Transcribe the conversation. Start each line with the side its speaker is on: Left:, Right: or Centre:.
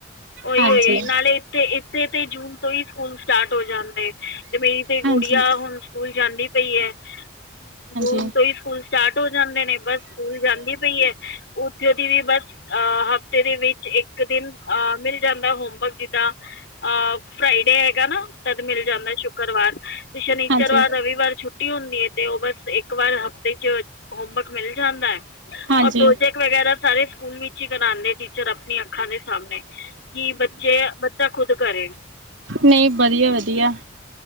Left: ਓਹੀ
Right: ਹਾਂਜੀ,
Left: ਉਓ ਨਾਲੇ ਇੱਥੇ ਇੱਥੇ ਤੇ ਜੂਨ ਤੋਂ ਹੀ ਸਕੂਲ ਸਟਾਰਟ ਹੋ ਜਾਂਦੇ। ਤੇ ਮੇਰੀ ਤੇ ਗੁੜੀਆ
Right: ਹਾਂਜੀ, ਹਾਂਜੀ, ਹਾਂਜੀ,
Left: ਹੁਣ ਸਕੂਲ ਜਾਂਦੀ ਪਈ ਐ ਜੂਨ
Right: ਹਾਂਜੀ,
Left: ਤੋਂ ਹੀ ਸਕੂਲ ਸਟਾਰਟ ਹੋ ਜਾਂਦੇ ਨੇ ਬਸ ਸਕੂਲ ਜਾਂਦੀ ਪਈ ਐ ਉੱਥੇ ਦੀ ਵੀ ਬਸ ਅਹ ਹਫ਼ਤੇ ਦੇ ਵਿੱਚ ਇੱਕ ਦਿਨ। ਅ ਮਿਲ ਜਾਂਦਾ ਹੋਮਵਰਕ ਜਿੱਦਾਂ ਅ ਫਰਾਈਡੇ ਹੈਗਾ ਨਾ ਤਦ ਮਿਲ ਜਾਂਦਾ ਸ਼ੁੱਕਰਵਾਰ ਤੇ ਸ਼ਨਿਸ਼ਰਵਾਰ
Right: ਹਾਂਜੀ। ਹਾਂਜੀ,
Left: ਰਵਿਵਾਰ ਛੁੱ ਛੁਟੀ ਹੁੰਦੀ ਐ ਤੇ ਉਹ ਬਸ ਇੱਕ ਵਾਰ ਹਫ਼ਤੇ ਚ ਹੋਮਵਰਕ ਮਿਲ ਜਾਂਦਾ ਹੈ
Right: ਹਾਂਜੀ।
Left: ਔਰ ਪ੍ਰੋਜੈਕਟ ਵਗੈਰਾ ਸਾਰੇ ਸਕੂਲ ਵਿੱਚ ਹੀ ਕਰਾਉਂਦੇ ਟੀਚਰ ਆਪਣੀ ਅੱਖਾਂ ਦੇ ਸਾਹਮਣੇ। ਕਿ ਬੱਚੇ ਬੱਚਾ ਖੁਦ ਕਰੇ।
Right: ਨਈਂ ਬਧੀਆ ਵਧੀਆ।